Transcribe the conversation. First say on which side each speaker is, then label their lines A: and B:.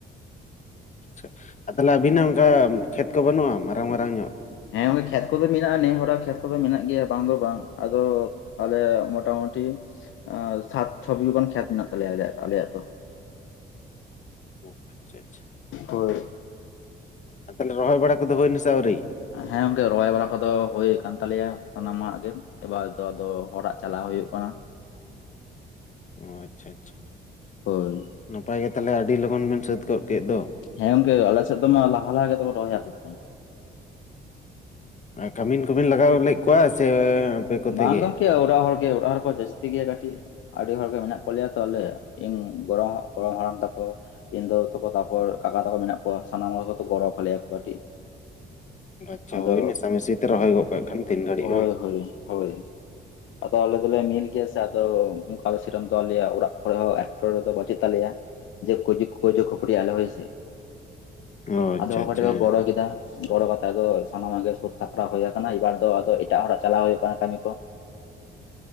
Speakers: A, on the left; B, on the left.
A: ᱟᱪᱪᱷᱟ ᱟᱨ ᱛᱟᱦᱚᱞᱮ ᱟᱹᱵᱤᱱᱟᱜ ᱚᱱᱠᱟ ᱠᱷᱮᱛ ᱠᱚ ᱵᱟᱹᱱᱩᱜᱼᱟ ᱢᱟᱨᱟᱝ ᱢᱟᱨᱟᱝ ᱧᱚᱜ᱾
B: ᱦᱮᱸ ᱜᱚᱝᱠᱮ ᱠᱷᱮᱛ ᱠᱚᱫᱚ ᱢᱮᱱᱟᱜᱼᱟ ᱱᱮ ᱦᱚᱲᱟᱜ ᱠᱷᱮᱛ ᱠᱚᱫᱚ ᱢᱮᱱᱟᱜ ᱜᱮᱭᱟ ᱵᱟᱝ ᱫᱚ ᱵᱟᱝ ᱟᱫᱚ ᱟᱞᱮᱭᱟᱜ ᱢᱚᱴᱟᱢᱩᱴᱤ ᱥᱟᱛ ᱪᱷᱚ ᱵᱤᱜᱷᱟᱹ ᱜᱟᱱ ᱠᱷᱮᱛ ᱢᱮᱱᱟᱜ ᱛᱟᱞᱮᱭᱟ ᱟᱞᱮ ᱟᱞᱮᱭᱟᱜ ᱫᱚ᱾
A: ᱚ ᱟᱪᱪᱷᱟ ᱟᱪᱪᱷᱟ᱾
B: ᱦᱳᱭ
A: ᱟᱨ ᱛᱟᱦᱚᱞᱮ ᱨᱚᱦᱚᱭ ᱵᱟᱲᱟ ᱠᱚᱫᱚ ᱦᱩᱭ ᱮᱱᱟ ᱥᱮ ᱟᱹᱣᱨᱤ?
B: ᱦᱮᱸ ᱜᱚᱝᱠᱮ ᱨᱚᱦᱚᱭ ᱵᱟᱲᱟ ᱠᱚᱫᱚ ᱦᱩᱭ ᱟᱠᱟᱱ ᱛᱟᱞᱮᱭᱟ ᱥᱟᱱᱟᱢᱟᱜ ᱜᱮ᱾ ᱮᱵᱟᱨ ᱫᱚ ᱟᱫᱚ ᱦᱚᱲᱟᱜ ᱪᱟᱞᱟᱣ ᱦᱳᱭᱳᱜ ᱠᱟᱱᱟ᱾
A: ᱚ ᱟᱪᱪᱷᱟ ᱟᱪᱪᱷᱟ,
B: ᱦᱳᱭ
A: ᱱᱟᱯᱟᱭ ᱜᱮ ᱛᱟᱦᱚᱞᱮ ᱟᱹᱰᱤ ᱞᱚᱜᱚᱱ ᱵᱮᱱ ᱥᱟᱹᱛ ᱜᱚᱫ ᱠᱮᱫ ᱫᱚ᱾
B: ᱦᱮᱸ ᱜᱚᱝᱠᱮ ᱟᱞᱮ ᱥᱮᱫ ᱫᱚᱢᱟ ᱞᱟᱦᱟ ᱞᱟᱦᱟ ᱜᱮᱛᱚ ᱠᱚ ᱨᱚᱦᱚᱭᱼᱟ ᱵᱟᱹᱫ ᱠᱚ᱾
A: ᱠᱟᱹᱢᱤᱱ ᱠᱚᱵᱤᱱ ᱞᱟᱜᱟᱣ ᱞᱮᱫ ᱠᱚᱣᱟ ᱥᱮ ᱟᱯᱮ ᱠᱚᱛᱮ
B: ᱵᱟᱝ
A: ᱜᱮ?
B: ᱜᱚᱝᱠᱮ ᱚᱲᱟᱜ ᱦᱚᱲᱜᱮ ᱚᱲᱟᱜ ᱦᱚᱲ ᱠᱚ ᱡᱟᱹᱥᱛᱤ ᱜᱮᱭᱟ ᱠᱟᱹᱴᱤᱡ᱾ ᱟᱹᱰᱤ ᱦᱚᱲᱜᱮ ᱢᱮᱱᱟᱜ ᱠᱚ ᱞᱮᱭᱟ ᱛᱚ ᱤᱧ ᱜᱚᱲᱚ-ᱜᱚᱲᱚᱢ ᱦᱟᱲᱟᱢ ᱛᱟᱠᱚ᱾ ᱤᱧ ᱫᱟᱹᱫᱩ ᱛᱟᱠᱚ ᱛᱟᱨᱯᱚᱨ ᱠᱟᱠᱟ ᱛᱟᱠᱚ ᱢᱮᱱᱟᱜ ᱠᱚᱣᱟ ᱥᱟᱱᱟᱢ ᱦᱚᱲᱚ ᱜᱮᱛᱚ ᱜᱚᱲᱚ ᱠᱮᱞᱮᱭᱟᱠᱚ ᱠᱟᱹᱴᱤᱡ᱾
A: ᱟᱪᱪᱷᱟ
B: ᱟᱫᱚ
A: ᱦᱳᱭ ᱢᱮᱥᱟᱢᱤᱥᱤ ᱛᱮ ᱨᱚᱦᱚᱭ ᱜᱚᱫ ᱠᱟᱜ ᱠᱷᱟᱱ ᱛᱤᱱ ᱜᱷᱟᱹᱲᱤᱡ
B: ᱦᱳᱭ
A: ᱵᱟᱝ᱾
B: ᱦᱳᱭ ᱦᱳᱭ ᱟᱫᱚ ᱟᱞᱮ ᱫᱚᱞᱮ ᱢᱤᱞ ᱜᱮᱭᱟ ᱥᱮ ᱟᱫᱚ ᱚᱱᱠᱟ ᱥᱤᱨᱚᱢ ᱫᱚ ᱟᱞᱮ ᱚᱲᱟᱜ ᱠᱚᱨᱮ ᱦᱚᱸ ᱮᱴᱠᱮᱴᱚᱬᱮ ᱫᱚ ᱵᱟᱹᱪᱩᱜ ᱛᱟᱞᱮᱭᱟ᱾ ᱡᱮ ᱠᱟᱹᱭᱡᱟᱹ ᱠᱟᱹᱭᱡᱟᱹᱠᱷᱟᱹᱯᱟᱹᱨᱤ ᱟᱞᱮ ᱦᱚᱭ ᱥᱮ
A: ᱚ ᱟᱪᱪᱷᱟ
B: ᱟᱫᱚ
A: ᱟᱪᱪᱷᱟ
B: ᱠᱟᱴᱤᱹᱡ ᱠᱚ
A: ᱦᱮᱸ
B: ᱜᱚᱲᱚ ᱠᱮᱫᱟ᱾ ᱜᱚᱲᱚ ᱠᱟᱛᱮ ᱟᱫᱚ ᱥᱟᱱᱟᱢᱟᱜ ᱜᱮ ᱥᱟᱹᱛ ᱥᱟᱯᱲᱟᱣ ᱦᱳᱭ ᱟᱠᱟᱱᱟ ᱮᱵᱟᱨ ᱫᱚ ᱟᱫᱚ ᱮᱴᱟᱜ ᱦᱚᱲᱟᱜ ᱪᱟᱞᱟᱣ ᱦᱳᱭᱳᱜ ᱠᱟᱱᱟ ᱠᱟᱹᱢᱤ ᱠᱚ᱾